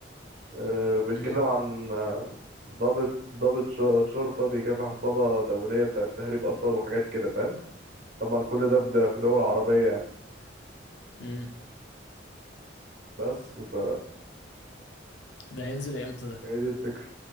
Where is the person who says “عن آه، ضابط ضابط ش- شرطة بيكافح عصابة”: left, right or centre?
Right